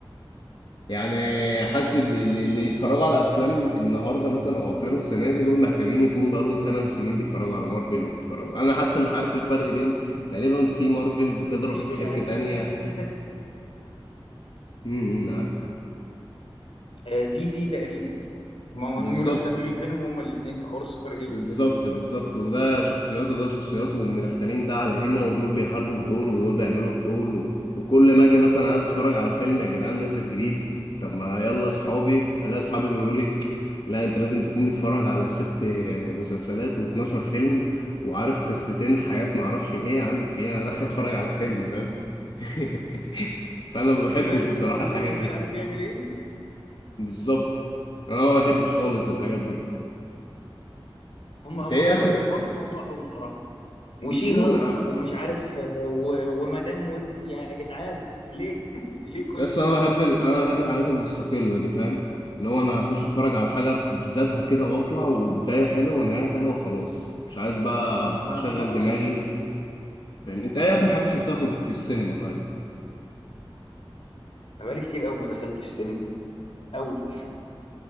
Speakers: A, on the left; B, on the left.
A: يعني
B: انا
A: حاسس اللي, اللي اللي يتفرجوا على افلام النهارده مثلا او افلام السنه دي دول محتاجين يكون بقى لهم 8 سنين بيتفرجوا على مارفل وبيتفرجوا انا حتى مش عارف الفرق بين تقريبا في مارفل بتضرب
B: مشكله
A: في شركه
B: اي
A: تانية
B: فيلم يحسسك
A: امم معاك
B: آه، دي سي تقريبا ما-
A: بالظبط
B: المنافسه بينهم هما الاثنين في حوار السوبر هيروز
A: بالظبط
B: ده
A: بالظبط وده شخصيات وده شخصيات ومدخلين ده على هنا ودول بيحاربوا في دول ودول بيعملوا في دول و... وكل ما اجي مثلا عايز اتفرج على فيلم يا جدعان نازل جديد طب ما يلا اصحابي الاقي اصحابي بيقولوا لي لا انت لازم تكون متفرج على ست مسلسلات و12 فيلم وعارف قصتين حاجات ما اعرفش ايه يا عم في إيه؟ انا داخل اتفرج على فيلم فاهم <laughs> فانا ما بحبش
B: ماله
A: بصراحة
B: وثور
A: الحاجات
B: مش
A: دي
B: عارف بيعمل ايه
A: بالظبط انا ما بحبش خالص الحاجات دي
B: هم
A: انت
B: هم
A: ايه
B: ك-
A: اخر
B: كبروا الموضوع قوي بصراحه وشي
A: امم
B: هالك
A: آه.
B: ومش عارف آه، و- ومدام ويب يا جدعان ليه <laughs> ليه كل
A: بس
B: ده
A: انا بحب ال... انا بحب الحاجات المستقله دي فاهم اللي هو انا اخش اتفرج على حاجه بذاتها كده واطلع وبدايه حلوه ونهايه حلوه وخلاص مش عايز بقى
B: ما
A: اشغل
B: آه،
A: دماغي فاهم انت ايه اخر حاجه شفتها في, ال- في السينما طيب
B: أنا بقالي كتير قوي ما دخلتش السينما قوي